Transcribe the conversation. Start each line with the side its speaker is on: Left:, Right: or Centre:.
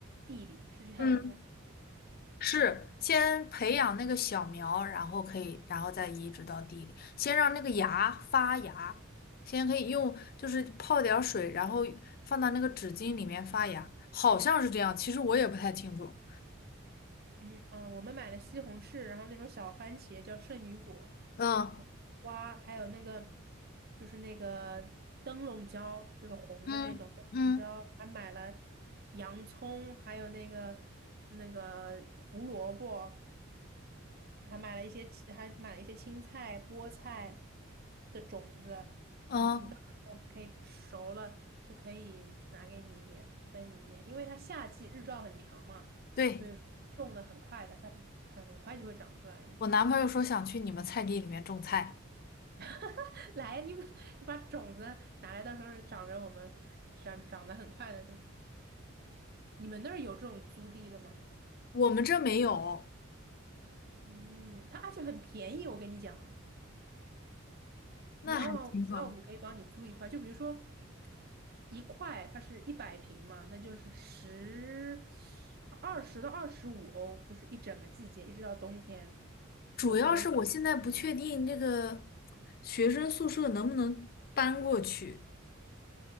Right: 地里，是这样的吗？
Left: 嗯。是先培养那个小苗，然后可以，然后再移植到地里，先让那个芽发芽，先可以用就是泡点儿水，然后放到那个纸巾里面发芽，好像是这样，其实我也不太清楚。
Right: 嗯嗯，我们买了西红柿，然后那种小番茄叫圣女果
Left: 嗯
Right: 瓜，还有那个就是那个灯笼椒，就是红的那种灯笼椒，
Left: 嗯嗯
Right: 还买了洋葱，还有那个那个胡萝卜，还买了一些青还买了一些青菜、菠菜的种子。
Left: 嗯，
Right: 你你到时候我们可以熟了就可以拿给你一点，分你一点，因为它夏季日照很长嘛，
Left: 对，
Right: 所以说种的很快的，它很很快就会长出来的。
Left: 我男朋友说想去你们菜地里面种菜，
Right: <laughs> 来，你把你把种子拿来，到时候长着我们长长得很快的，就是。你们那儿有这种租地的吗？
Left: 我们这没有，
Right: 嗯，它而且很便宜，我跟你讲。
Left: 那还挺好。
Right: 你要吗？那我们可以帮你租一块，就比如说一块，它是一百平嘛，那就是十二十到二十五欧，就是一整个季节，一直到冬天，
Left: 主要是我现在不确定这个
Right: 就不用。
Left: 学生宿舍能不能搬过去。